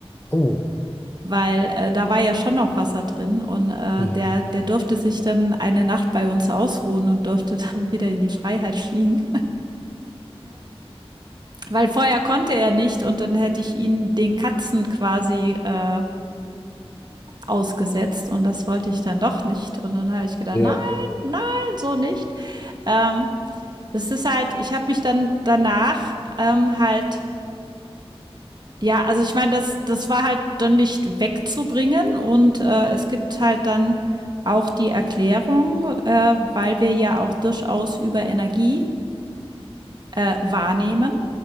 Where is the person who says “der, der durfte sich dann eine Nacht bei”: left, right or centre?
Right